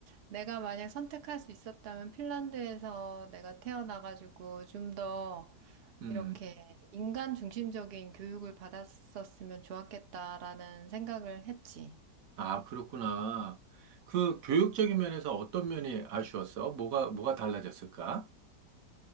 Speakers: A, on the right; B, on the right.
A: 내가 만약 선택할 수 있었다면 핀란드에서 내가 태어나가지고 좀 더
B: 음.
A: 이렇게 인간 중심적인 교육을 받았었으면 좋았겠다라는 생각을 했지.
B: 아, 그렇구나. 그 교육적인 면에서 어떤 면이 아쉬웠어? 뭐가, 뭐가 달라졌을까?